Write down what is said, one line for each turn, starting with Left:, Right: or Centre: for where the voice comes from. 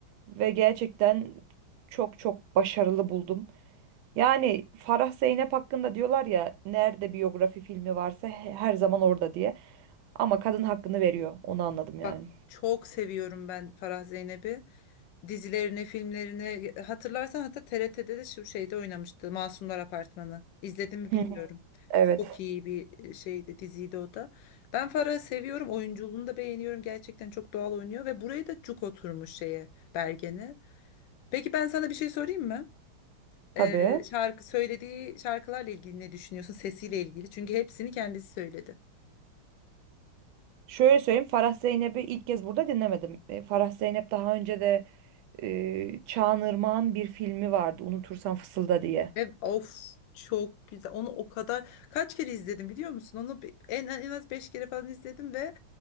Right: Ve gerçekten çok çok başarılı buldum. Yani Farah Zeynep hakkında diyorlar ya nerede biyografi filmi varsa he- her zaman orada diye. Ama kadın hakkını veriyor. Onu anladım yani.
Left: Bak çok seviyorum ben Farah Zeynep'i. dizilerini, filmlerini e, hatırlarsan hatta TRT'de de şu şeyde oynamıştı Masumlar Apartmanı. İzledim mi
Right: Hı
Left: bilmiyorum.
Right: hı. Evet.
Left: Çok iyi bir e, şeydi, diziydi o da. Ben Farah'ı seviyorum, oyunculuğunu da beğeniyorum. Gerçekten çok doğal oynuyor ve buraya da cuk oturmuş şeye Bergen'e. Peki ben sana bir şey sorayım mı?
Right: Tabii.
Left: Ee, şarkı söylediği şarkılarla ilgili ne düşünüyorsun? Sesiyle ilgili. Çünkü hepsini kendisi söyledi.
Right: Şöyle söyleyeyim. Farah Zeynep'i ilk kez burada dinlemedim. E, Farah Zeynep daha önce de e, Çağan Irmak'ın bir filmi vardı. Unutursan Fısılda diye.
Left: Ve of çok güzel. Onu o kadar kaç kere izledim biliyor musun? Onu bir- en, en az beş kere falan izledim ve